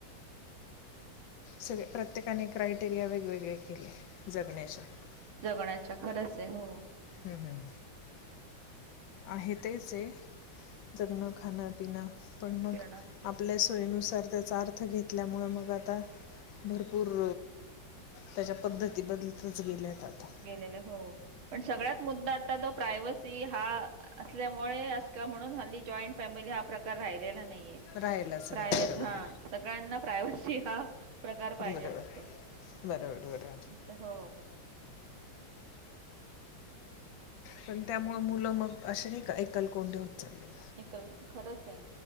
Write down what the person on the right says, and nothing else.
जगण्याच्या खरच आहे हो.
पिणं
गेलेले हो पण सगळ्यात मुद्दा आ प्राव ती हा असल्यामुळे अस का म्हणून हल्ली जॉईंट फॅमिली हा प्रकार राहिलेला नाहीये.
प्रायवस
हा सगळ्यांना प्रायवसी हा प्रकार पाहिजे
असतो.
अस हो.
एकल खरंच आहे.